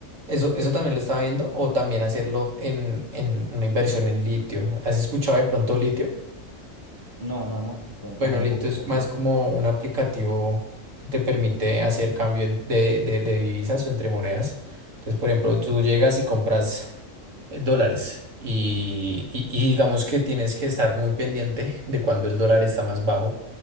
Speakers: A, on the right (about 75°); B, on the left (about 15°).
A: Eso, eso también lo estaba viendo, o también hacerlo en, en una inversión en litio. ¿Has escuchado de pronto litio?
B: No, no, no, cuéntame
A: Bueno,
B: un
A: litio
B: poco
A: es
B: sobre
A: más
B: eso.
A: como un aplicativo que te permite hacer cambio en- de, de, de divisas o entre monedas. Entonces, por ejemplo, tú llegas y compras eh, dólares y, y- y digamos que tienes que estar muy pendiente de cuando el dólar está más bajo